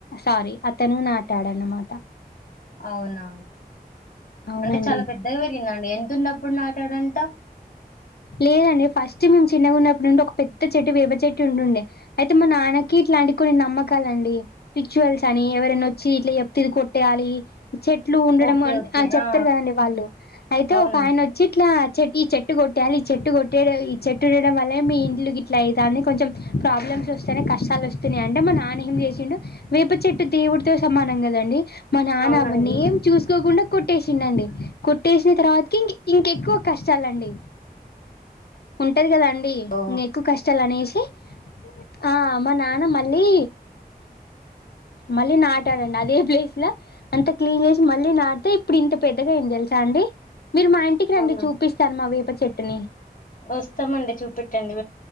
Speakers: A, on the left; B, on the left.
A: సారీ అతను నాటాడు అన్నమాట
B: అవునా
A: అవునండి
B: అంటే చాలా పెద్దగా పెరిగిందా అండి ఎంతన్న ప్పుడు నాట్లాడంత
A: లేదండి ఫస్ట్ మేము చిన్నగా ఉన్నప్పుడు నుండే ఒక పెద్ద చెట్టు వేప చెట్టు ఉంటుండే అయితే మా నాన్నకి ఇలా ఇలాంటి కొన్ని నమ్మకాలండి రిచువల్స్ అని ఎవరైనా వచ్చి ఇట్లా చెప్తే ఇది కొట్టేయాలి చెట్లు ఉండడం
B: ఓకే ఓకే
A: చెప్తారు
B: ఆ
A: కదండి వాళ్ళు అయితే
B: అవునండి
A: ఒక ఆయన వచ్చి ఇట్లా చెటి ఈ చెట్టు కొట్ కొట్టాలి ఈ చెట్టు కొట్టే ఈ చెట్టు ఉండడం వల్లే మీ ఇంట్లుకి ఇట్లా అయితాంది అని కొంచెం ప్రాబ్లమ్స్ వస్తేనే కష్ట వస్తున్నాయి అంటే మా నాన్న ఏం చేసిండు వేప చెట్టు దేవుడితో సమానం కదండి మా నాన్న
B: అవునండి
A: అవన్నీ ఏం చూసుకోకుండా కొట్టేసినండి కొట్టేసిన తర్వాతం ఇంకెక్కువ కష్టాలండి ఉంటది కదాం అండి
B: ఓ
A: ఇంక ఎక్కువ కష్టాలు అనేసి ఆ మా నాన్న మళ్ళీ మళ్ళీ నాటాడండి అదే ప్లేస్ లో అంత క్లీన్ చేసి మళ్ళీ నాటితే ఇప్పుడు ఇంత పెద్దగా అయింది సా అండి మీరు మా ఇంటికి రండి
B: అవునా
A: చూపిస్తాను మా వేప చెట్టుని
B: వస్తామండి చూపట్టండి